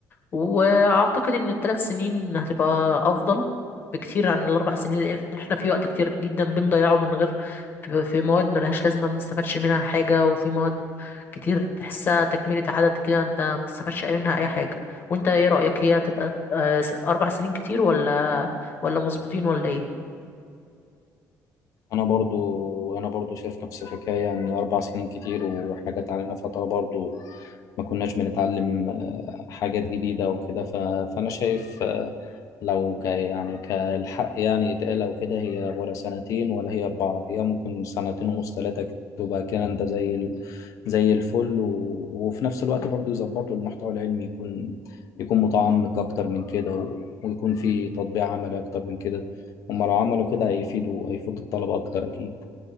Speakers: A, on the left; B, on the left.
A: واعتقد ان الثلاث سنين هتبقى افضل بكتير عن الاربع سنين لان احنا في وقت كتير جدا بنضيعه من غير في في مواد ملهاش لازمة ما بنستفادش منها حاجة وفي مواد كتير تحسها تكملة عدد كده انت ما بتستفادش منها اي حاجة وانت ايه رأيك هي هتبقى آه، س- اربع سنين كتير ولا ولا مظبوطين ولا ايه
B: انا برضو انا برضو شايف نفس الحكايه ان اربع سنين كتير واحنا جت علينا فتره برضو ما كناش بنتعلم آه، حاجات جديده وكده ف... فانا شايف آه، لو ك... يعني كالحق يعني يتقال او كده هي ولا سنتين ولا هي اربعه هي ممكن سنتين ونص ثلاثه تبقى كده انت زي ال... زي الفل و... وفي نفس الوقت برضو يظبطوا المحتوى العلمي يكون يكون متعمق اكتر من كده و... ويكون في تطبيق عملي اكتر من كده هما لو عملوا كده هيفيدوا هيفيدوا الطلبة أكتر أكيد